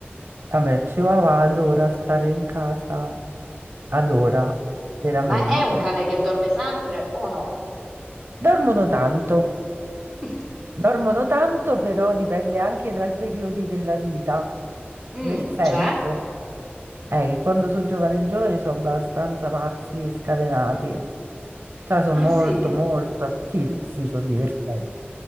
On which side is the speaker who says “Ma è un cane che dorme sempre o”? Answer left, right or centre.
Centre